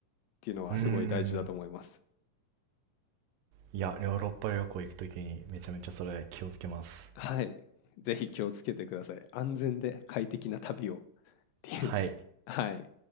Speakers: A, on the left; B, on the right.
A: ていうのはすごい大事だと思います。
B: うーん。いや、ヨーロッパ旅行行くときにめちゃめちゃそれ気をつけます。
A: <laughs> はい。ぜひ気をつけてください。安全で快適な旅をっていう。
B: はい。
A: <laughs> はい。